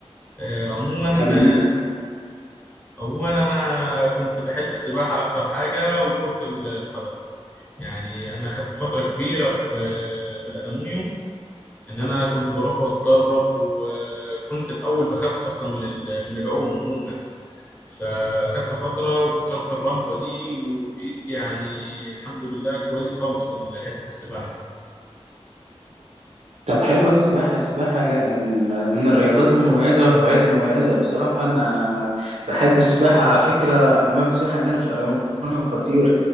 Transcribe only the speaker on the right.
حبيبي
طب حلوة السباحة السباحة جا- من من الرياضات المميزة والهوايات المميزة بصراحة أنا بحب السباحة على فكرة حمام السباحة عندنا في العلمانية خطير